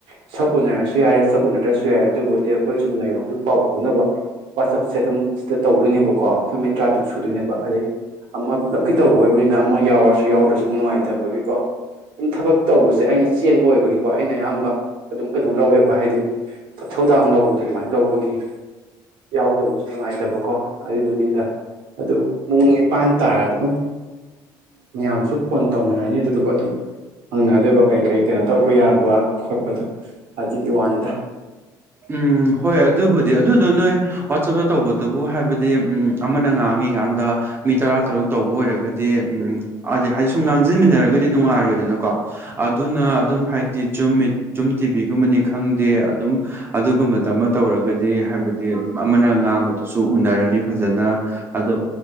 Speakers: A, on the right; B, on the right.
A: ꯁꯛ ꯎꯅꯔꯁꯨ ꯌꯥꯔꯦ ꯁꯛ ꯎꯅꯗ꯭ꯔꯁꯨ ꯌꯥꯔꯦ ꯑꯗꯨꯕꯨꯗꯤ ꯑꯩꯈꯣꯏ ꯆꯨꯝꯅ ꯀꯒꯤꯩꯅꯣ ꯍꯧꯖꯤꯛ ꯄꯥꯎ ꯐꯥꯎꯅꯕ ꯋꯥꯆꯞꯁꯦ ꯑꯗꯨꯝ ꯁꯤꯗ ꯇꯧꯗꯣꯏꯅꯦꯕꯀꯣ ꯑꯩꯈꯣꯏ ꯃꯤ ꯇꯔꯥ ꯇꯔꯨꯛ ꯁꯨꯗꯣꯏꯅꯦꯕ ꯑꯗꯩ ꯑꯃ ꯂꯧꯀꯤ ꯇꯧꯕ ꯑꯣꯏꯕꯅꯤꯅ ꯑꯃ ꯌꯥꯎꯔꯁꯨ ꯌꯥꯎꯗ꯭ꯔꯁꯨ ꯑꯃꯨꯛ ꯅꯨꯡꯉꯥꯏꯇꯕꯒꯤꯀꯣ ꯑꯗꯨ ꯊꯕꯛ ꯇꯧꯕꯁꯦ ꯑꯩꯅ ꯆꯦꯟꯕ ꯑꯣꯏꯕꯒꯤꯀꯣ ꯑꯩꯅ ꯑꯌꯥꯝꯕ ꯑꯗꯨꯝ ꯀꯩꯅꯣ ꯂꯧꯋꯦꯕ ꯍꯥꯏꯗꯤ ꯃꯊꯧꯗꯥꯡ ꯂꯧꯕꯗꯨ ꯑꯗꯨꯃꯥꯏꯅ ꯂꯧꯕꯒꯤ ꯌꯥꯎꯗꯕꯁꯨ ꯅꯨꯡꯉꯥꯏꯇꯕꯀꯣ ꯑꯗꯨꯏꯗꯨꯒꯤꯅꯤꯗ ꯑꯗꯨ ꯄꯨꯡ ꯅꯤꯄꯥꯟ ꯇꯥꯔꯗꯤ ꯑꯗꯨꯝ
B: ꯎꯝ
A: ꯃꯌꯥꯝꯁꯨ ꯐꯣꯟ ꯇꯧꯅꯔꯅꯤ ꯑꯗꯨꯗꯨꯒ ꯑꯗꯨꯝ ꯍꯪꯅꯗꯣꯏꯕ ꯀꯩ ꯀꯩ ꯀꯩꯅꯣ ꯇꯧꯕ ꯌꯥꯕ ꯈꯣꯠꯄꯗꯣ ꯑꯗꯨꯒꯤ ꯋꯥꯅꯤꯗ
B: ꯎꯝ ꯍꯣꯏ ꯑꯗꯨꯕꯨꯗꯤ ꯑꯗꯨꯗꯣ ꯅꯣꯏ ꯋꯥꯆꯞꯇ ꯇꯧꯕꯗꯨꯕꯨ ꯍꯥꯏꯕꯗꯤ ꯎꯝ ꯑꯃꯅ ꯉꯥꯡꯉ ꯆꯪꯉꯀꯥꯟꯗ ꯃꯤ ꯇꯔꯥ ꯇꯔꯨꯛ ꯇꯧꯕ ꯑꯣꯏꯔꯒꯗꯤ ꯎꯝ ꯑꯗ ꯍꯥꯏꯗꯤ ꯁꯨꯝ ꯂꯥꯡꯁꯤꯟꯃꯤꯟꯅꯔꯒꯗꯤ ꯅꯨꯡꯉꯥꯏꯔꯣꯏꯗ ꯀꯣ ꯑꯗꯨꯅ ꯑꯗꯨꯝ ꯍꯥꯏꯗꯤ ꯖꯨꯝ ꯇꯤꯚꯤꯒꯨꯝꯕꯅꯤ ꯈꯪꯗꯦ ꯑꯗꯨꯝ ꯑꯗꯨꯒꯨꯝꯕꯗ ꯑꯃ ꯇꯧꯔꯒꯗꯤ ꯍꯥꯏꯕꯗꯤ ꯑꯗꯨꯝ ꯑꯃꯅ ꯉꯥꯡꯕꯗꯨꯁꯨ ꯎꯅꯔꯅꯤ ꯐꯖꯅ ꯑꯗꯣ